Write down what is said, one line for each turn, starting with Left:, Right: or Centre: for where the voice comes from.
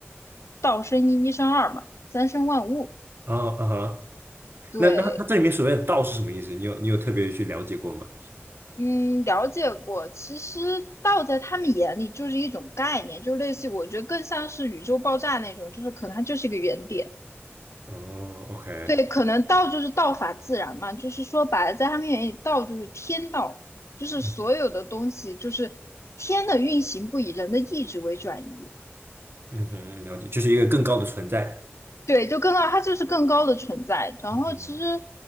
Left: 道生一，一生二嘛，三生万物。
Right: 哦，啊哈，
Left: 对，
Right: 那那它这里面所谓的道是什么意思？你有你有特别去了解过吗？
Left: 嗯，了解过。其实道在他们眼里就是一种概念，就类似于我觉得更像是宇宙爆炸那种，就是可能它就是一个原点。
Right: 哦，OK，
Left: 对，可能道就是道法自然嘛，就是说白了，在他们眼里，道就是天道，就是所有的东西就是天的运行不以人的意志为转移。
Right: 嗯嗯哼，了解，就是一个更高的存在。
Left: 对，就更高，它就是更高的存在。然后其实
Right: 嗯哼，